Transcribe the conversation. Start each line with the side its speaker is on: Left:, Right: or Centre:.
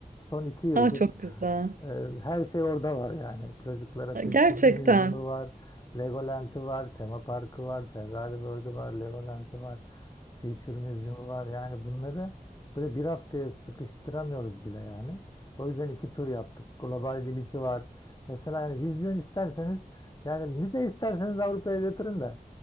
Left: Son iki yıldır
Right: Aa çok güzel.
Left: e, her şey orada var yani. Çocuklara Future
Right: Gerçekten.
Left: Museum'u var, Legoland'ı var, tema parkı var, Ferrari World'u var, Legoland'ı var. Future Museum var. Yani bunları böyle bir haftaya sıkıştıramıyoruz bile yani. O yüzden iki tur yaptık. Global Village'i var. Mesela yani vizyon isterseniz yani müze isterseniz Avrupa'ya götürün de.